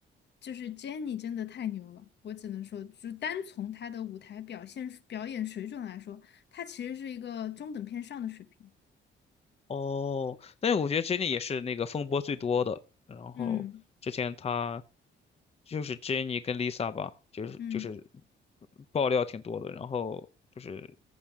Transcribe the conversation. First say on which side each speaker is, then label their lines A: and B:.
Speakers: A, on the left; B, on the left.
A: 就是 Jennie 真的太牛了，我只能说，就单从她的舞台表现表演水准来说，她其实是一个中等偏上的水平。
B: 哦，但是我觉得 Jennie 也是那个风波最多的。然后之前他
A: 嗯
B: 就是 Jennie 跟 Lisa 吧，就是就是
A: 嗯。
B: 爆料挺多的，然后就是